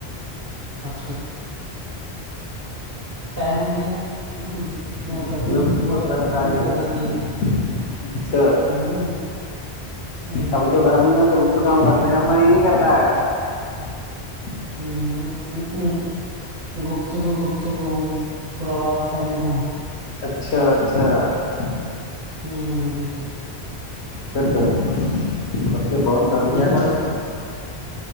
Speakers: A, on the right (about 45°); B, on the left (about 80°).
A: آپ سے <unintelligible> ٹائم دیا ہوں
B: گپت
A: <unintelligible> گرمی کم وقت
B: تو کرتا
A: چنے
B: ہی ہوگا
A: آ دیتی ہے
B: اچھا
A: ہی ہے <unintelligible>
B: اب تو گرمی میں تو کت کام کرنے کاما ہی نہیں کرتا ہے <unintelligible>
A: ہ ہ گپتگو گپتگو تھوڑا بات کرنے کا <unintelligible>
B: اچھا اچھا <unintelligible>
A: ہوں ہوں <unintelligible>
B: س س <unintelligible> اس سے فون کر
A: ہ
B: لیا کرو <unintelligible>